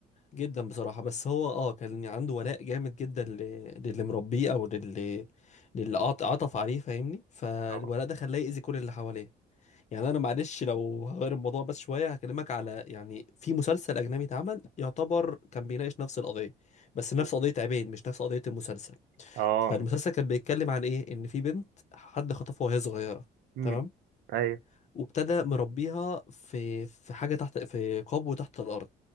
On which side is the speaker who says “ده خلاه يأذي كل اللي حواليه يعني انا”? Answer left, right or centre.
Left